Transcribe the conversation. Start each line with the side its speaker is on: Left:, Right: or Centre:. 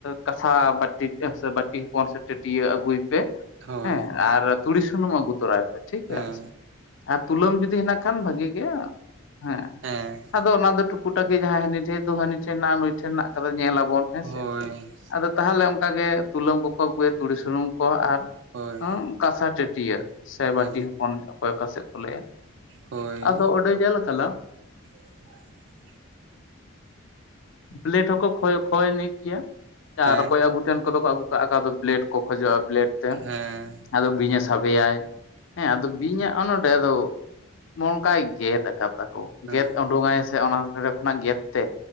Left: ᱠᱟᱥᱟ ᱵᱟᱹᱴᱤ, ᱵᱟᱴᱤ ᱦᱚᱯᱚᱱ ᱥᱮ ᱴᱟᱹᱴᱤᱭᱟᱹ ᱟᱹᱜᱩᱭ ᱯᱮᱼᱼ
Right: ᱦᱳᱭ
Left: ᱦᱮᱸ, ᱟᱨ ᱛᱩᱲᱤ ᱥᱩᱱᱩᱢ ᱟᱜᱩ ᱛᱚᱨᱟᱭ ᱯᱮ ᱴᱷᱤᱠ
Right: ᱦᱮᱸ
Left: <unintelligible> ᱟᱨ ᱛᱩᱞᱟᱹᱢ ᱡᱩᱫᱤ ᱦᱮᱱᱟᱜ ᱠᱷᱟᱱ ᱵᱷᱟᱹᱜᱤ ᱜᱮᱭᱟ, ᱦᱮᱸᱼᱼ
Right: ᱦᱮᱸ
Left: ᱫᱚ ᱚᱱᱟ ᱫᱚ ᱴᱩᱠᱩ ᱴᱟᱠᱤ ᱡᱟᱦᱟᱸᱭ ᱦᱟᱹᱱᱤ ᱴᱷᱮᱡ ᱫᱚ ᱦᱟᱹᱱᱤ ᱴᱷᱮᱱ ᱦᱮᱱᱟᱜ-ᱟ ᱱᱩᱭ ᱴᱷᱮᱱ ᱦᱮᱱᱟᱜ ᱟᱠᱟᱫᱟ ᱧᱮᱞᱟᱵᱚᱱ ᱦᱮᱸ
Right: ᱦᱳᱭ
Left: ᱥᱮ ᱾ ᱟᱫᱚ ᱛᱟᱦᱚᱞᱮ ᱚᱱᱠᱟᱜᱮ ᱛᱩᱞᱟᱹᱢ ᱠᱚᱠᱚ ᱟᱹᱜᱩᱭᱟ, ᱛᱩᱲᱤ ᱥᱩᱱᱩᱢ ᱠᱚ ᱟᱨ
Right: ᱦᱳᱭ
Left: ᱦᱚᱸᱼᱼ ᱠᱟᱸᱥᱟ ᱴᱟᱹᱴᱤᱭᱟᱹ, ᱥᱮ
Right: ᱦᱮᱸ
Left: ᱵᱟᱹᱴᱤ ᱦᱚᱯᱚᱱ ᱚᱠᱚᱭ ᱚᱠᱟᱥᱮᱫ ᱠᱚ ᱞᱟᱹᱭᱟ ᱾
Right: ᱦᱳᱭ
Left: ᱟᱫᱚ ᱚᱸᱰᱮ ᱧᱮᱞ ᱟᱠᱟᱱᱟᱼᱼ
Right: <inaudible>
Left: ᱵᱞᱮᱰ ᱦᱚᱸᱠᱚ ᱠᱷᱚᱭ ᱠᱷᱚᱭᱟᱱᱤᱡ ᱜᱮᱭᱟ,
Right: ᱦᱮᱸ
Left: ᱟᱨ ᱚᱠᱚᱭ ᱟᱹᱜᱩ ᱛᱮᱱ ᱠᱚ ᱫᱚ ᱠᱚ ᱟᱹᱜᱩᱼᱼ ᱠᱟᱜ-ᱟ ᱠᱚ ᱟᱫᱚ ᱵᱞᱮᱰ ᱠᱚ ᱠᱷᱚᱡᱚᱜ-ᱟ ᱵᱞᱮᱰ ᱾
Right: ᱦᱮᱸ
Left: ᱟᱫᱚ ᱵᱤᱧᱮ ᱥᱟᱵᱮᱭᱟᱭ, ᱦᱮᱸ ᱟᱫᱚ ᱵᱤᱧᱟᱜ ᱦᱚᱸ ᱱᱚᱰᱮ ᱟᱫᱚᱼᱼ ᱱᱚᱝᱠᱟᱭ ᱜᱮᱫ ᱟᱠᱟᱫ ᱛᱟᱠᱚ,
Right: ᱦᱮᱸ
Left: ᱜᱮᱫ ᱚᱰᱩᱝ ᱟᱭ ᱥᱮ ᱚᱱᱟ ᱛᱚᱞᱦᱮ ᱠᱷᱚᱱᱟᱜ ᱜᱮᱫ ᱛᱮᱼᱼ